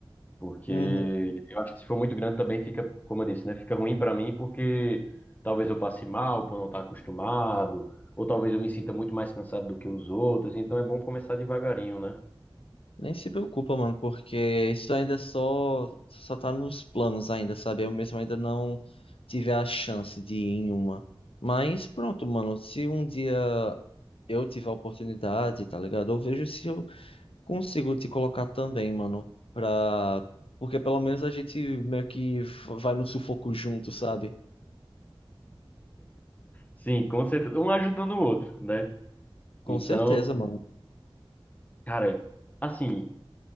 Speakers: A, on the left; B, on the left.
A: Porque
B: uhum.
A: eu acho que se for muito grande também fica, como eu disse, né? Fica ruim para mim porque talvez eu passe mal por não estar acostumado, ou talvez eu me sinta muito mais cansado do que os outros, então é bom começar devagarinho, né?
B: Nem se preocupa, mano, porque isso ainda é só, só tá nos planos ainda, sabe? Eu mesmo ainda não tive a chance de ir em uma. Mas pronto, mano, se um dia eu tiver a oportunidade, tá ligado? Eu vejo se eu Consigo te colocar também, mano, pra... Porque pelo menos a gente meio que f- vai no sufoco junto, sabe?
A: Sim, com certeza. Um ajudando o outro, né?
B: Com
A: Então,
B: certeza, mano.
A: cara, assim,